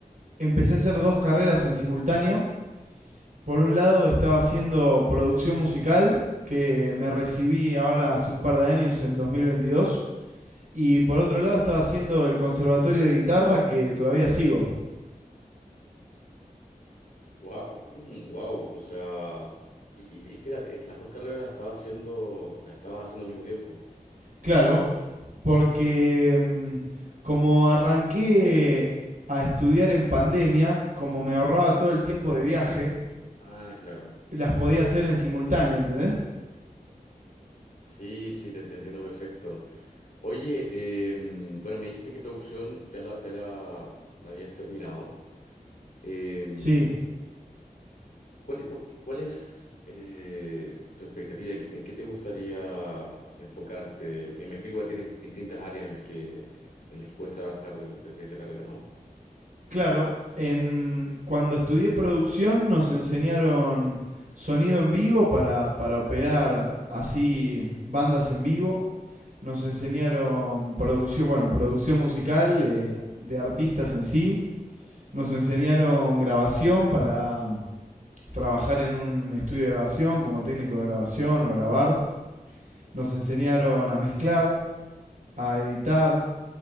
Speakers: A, on the right; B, on the left.
A: empecé a hacer dos carreras en simultáneo. Por un lado estaba haciendo producción musical, que me recibí ahora hace un par de años en 2022. Y por otro lado estaba haciendo el conservatorio de guitarra que todavía sigo.
B: Wow, <clears throat> o sea, y, y- y espérate, es- las dos carreras las estabas haciendo, las estabas haciendo al mismo tiempo.
A: Claro, porque mm, como arranqué a estudiar en pandemia, como me ahorraba todo el tiempo de viaje,
B: Ah, claro.
A: las podía hacer en simultáneo, ¿entendés?
B: Sí, sí, te, te entiendo perfecto. Oye, em, bueno, me dijiste que producción ya la, ya la, la habías terminado. Em,
A: Sí,
B: ¿cuál, cu- cuál es eh, tu expectativa? ¿En qué, en qué te gustaría enfocarte? Me imagino que igual tienes distintas áreas en las que, en las que puedes trabajar de- desde esa carrera, ¿no?
A: claro. em, cuando estudié producción nos enseñaron sonido en vivo para, para operar así bandas en vivo. Nos enseñaron producción, bueno, producción musical eh, de artistas en sí. Nos enseñaron grabación para mm, trabajar en un estudio de grabación como técnico de grabación o grabar. Nos enseñaron a mezclar, a editar,